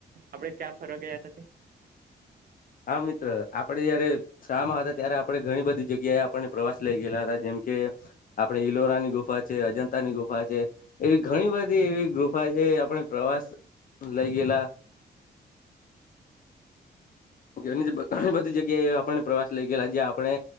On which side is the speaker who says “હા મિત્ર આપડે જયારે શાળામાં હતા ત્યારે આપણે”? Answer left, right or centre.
Left